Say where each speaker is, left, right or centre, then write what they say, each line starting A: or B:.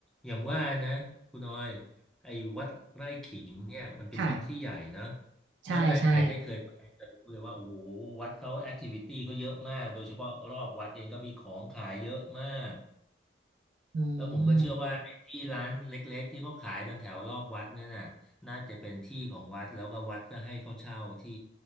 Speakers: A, in the centre; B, on the right.
A: อย่างว่านะคุณออยไอ้วัดไร่ขิงเนี่ยมันเป็นวัดที่ใหญ่นะ
B: ค่ะใช่ใช่
A: ถ้าได้ใครได้เคยไปจะรู้เลยว่าโอ้โหวัดเขาแอคทิวิตี้เขาเยอะมากโดยเฉพาะรอบวัดเองก็มีของขายเยอะมาก
B: อืม
A: แล้วผมก็เชื่อว่าไอ้ที่ร้านเล็กๆที่เขาขายกันแถวรอบวัดเนี่ยน่ะน่าจะเป็นที่ของวัดแล้วก็วัดก็ให้เขาเช่าที่